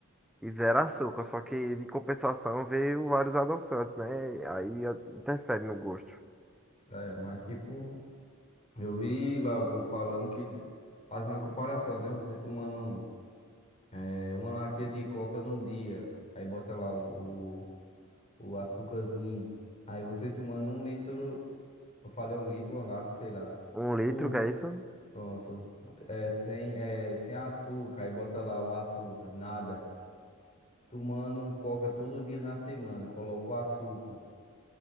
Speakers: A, in the centre; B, on the left (about 30°).
A: E zero açúcar. Só que de compensação veio vários adoçantes, né? Aí a- interfere no gosto.
B: É, mas tipo, eu vi lá o povo falando que. Fazendo a comparação, né? Você tomando é, uma latinha de coca num dia. Aí bota lá o, o açúcarzinho. Aí você tomando um litro, eu falei um litro, uma lata, sei lá.
A: Um litro,
B: Por,
A: que é isso?
B: pronto. É, sem, é, sem açúcar, aí bota lá o açúcar, nada. Tomando um coca todo dia na semana, coloca o açúcar.